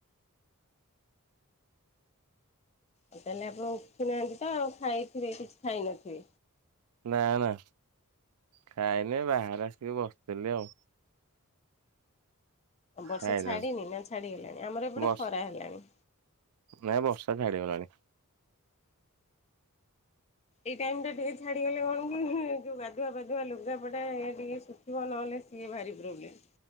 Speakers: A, on the left; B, on the right.
A: ତାହେଲେ ଆପଣ ଉଠୁନାହାନ୍ତି ତ ଆଉ ଖାଇଥିବେ କିଛି ଖାଇନଥିବେ।
B: ନାଁ ନାଁ ଖାଇନି ବାହାରେ ଆସିକି ବସିଥିଲି ଆଉ।
A: ବର୍ଷା
B: ଥାଇଲାଣ୍ଡ
A: ଛାଡିନି ନା ଛାଡିଗଲାଣି ଆମର ଏପଟେ
B: ବର୍ଷ
A: ଖରା ହେଲାଣି।
B: ନାଇଁ ବର୍ଷା ଛାଡିଗଲାଣି।
A: ଏଇ ଟାଇମ ଟା ଟିକେ ଛାଡିଗଲେ କଣ କି ଯୋଉ ଗାଧୁଆ ପାାଧୁଆ ଲୁଗାପଡା ଟିକେ ଶୁଖିବ ନହେଲେ ସିଏ ଭାରି ପ୍ରୋବ୍ଲେମ୍।